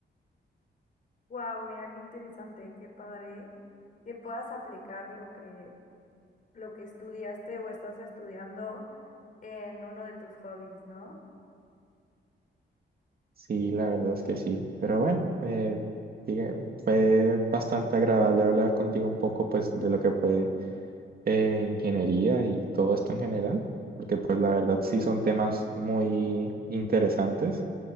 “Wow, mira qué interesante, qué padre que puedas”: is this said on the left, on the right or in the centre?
Left